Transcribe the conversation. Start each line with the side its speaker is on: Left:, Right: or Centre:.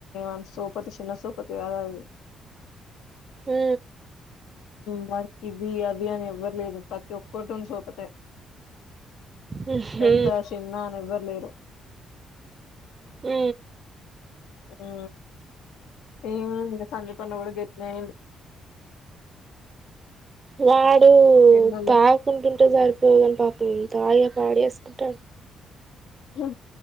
Left: అంది సోపతి చిన్న సోపతి కాదు అంది
Right: ఉ
Left: వానికి ఇది అది అని ఎవ్వరు లేదు ప్రతి ఒక్కరి తోని సోపతి
Right: ఉహూ
Left: పెద్ద చిన్న అని ఎవ్వరు లేరు
Right: ఉ
Left: ఉ ఏమో సందీప్ అన్న కూడా గిఫ్ట్ అయిండు
Right: వాడు
Left: ఎన్నోళ్ళ
Right: తాగకుండా ఉంటే సరిపోతది తాగే పాడేసుకుంటాడు
Left: ఏ